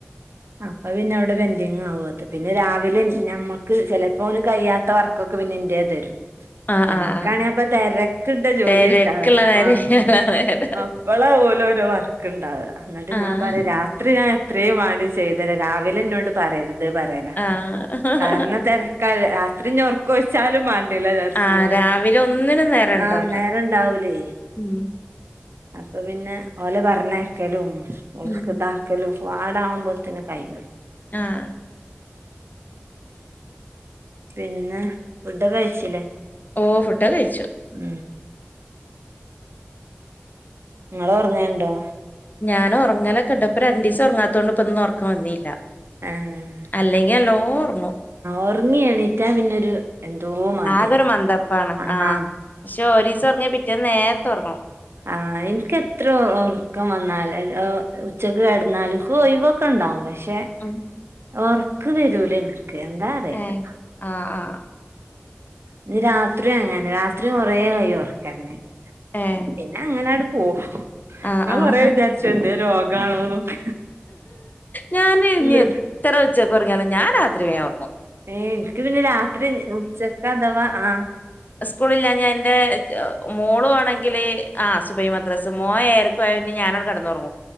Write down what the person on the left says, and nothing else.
ആഹ്
ആഹ് ആഹ്
തെരക്കുള്ള
നേരം ഇയാളെ നേരം
ആഹ്
ആഹ്
ആഹ് രാവിലെ ഒന്നിനും നേരം ഉണ്ടാവൂല
ഉം
ഉം
ആഹ്
ഓ ഫുണ്ടൊക്കെ കയിച്ചു
ഞാൻ ഉറങ്ങലൊക്കെണ്ട ഇപ്പ രണ്ണ്ട് ദിവസം ഒറാങ്ങാത്തോണ്ട് പ്പൊ ഒറക്കം വന്നില്ല
അല്ലെങ്കി നല്ലോം ഒറങ്ങും
ആകെ ഒരു മന്ദപ്പാണ്
ആഹ് പക്ഷെ ഒരീസം ഒറങ്ങിയാ പിറ്റേന്ന് നേരത്തെ ഒറങ്ങും.
ആ
ഏഹ ആ ആഹ.
ഏഹ്
ആഹ്
ആഹ്
ഞാന് ഇനി
എത്ര ഉച്ചക്ക് ഒറങ്ങിയലും ഞാൻ രാത്രി വേഗം ഒറങ്ങും.
സ്കൂളില്ലാഞ എന്റെ മോളു ആണെങ്കില് ആ സുഭൈ മദ്രസ് മോ ഏയരക്ക് ക്ക് പോയ പിന്നെ ഞാനങ്ങട് കടന്നൊറങ്ങും.